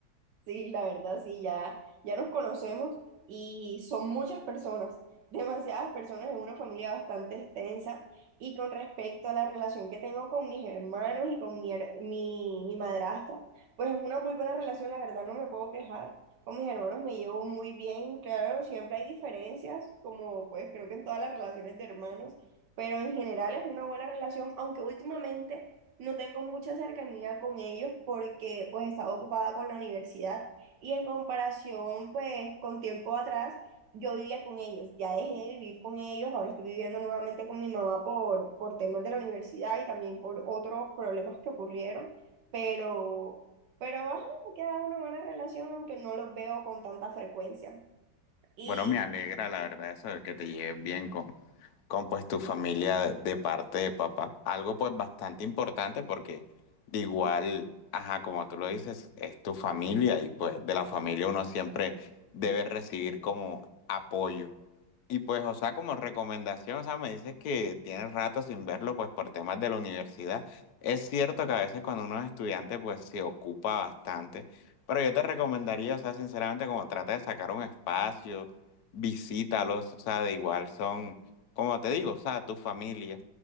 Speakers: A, on the right (about 70°); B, on the left (about 65°).
A: Sí, la verdad, sí, ya, ya nos conocemos y son muchas personas, demasiadas personas en una familia bastante extensa. Y con respecto a la relación que tengo con mis hermanos y con mi, her- mi, mi madrastra, pues es una muy buena relación, la verdad, no me puedo quejar. Con mis hermanos me llevo muy bien, claro, siempre hay diferencias, como pues creo que en todas las relaciones de hermanos, pero en general es una buena relación, aunque últimamente... No tengo mucha cercanía con ellos porque pues estaba ocupada con la universidad y en comparación pues con tiempo atrás yo vivía con ellos, ya dejé de vivir con ellos, ahora estoy viviendo nuevamente con mi mamá por, por temas de la universidad y también por otros problemas que ocurrieron, pero, pero ajá, me queda una buena relación aunque no los veo con tanta frecuencia. Y
B: Bueno, me alegra la verdad eso de que te lleves bien con, con pues tu familia de, de parte de papá. Algo pues bastante importante porque de igual, ajá, como tú lo dices, es tu familia y pues de la familia uno siempre debe recibir como apoyo. Y pues, o sea, como recomendación, o sea, me dices que tienes rato sin verlo, pues por temas de la universidad. Es cierto que a veces cuando uno es estudiante, pues se ocupa bastante, pero yo te recomendaría, o sea, sinceramente, como trata de sacar un espacio, visítalos, o sea, de igual son, como te digo, o sea, tu familia.